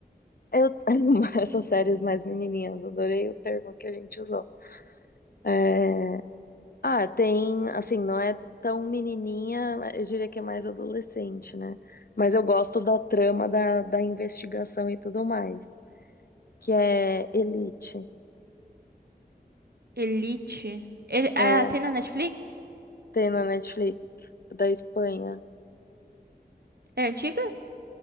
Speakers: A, on the left (about 65°); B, on the right (about 70°).
A: Eu, <laughs> essas séries mais menininhas, adorei o termo que a gente usou. É, Ah, tem, assim, não é tão menininha, eu diria que é mais adolescente, né? Mas eu gosto da trama da, da investigação e tudo mais, que é Elite.
B: Elite. Ele, ah,
A: É,
B: tem na Netflix?
A: tem na Netflix, da Espanha.
B: É antiga?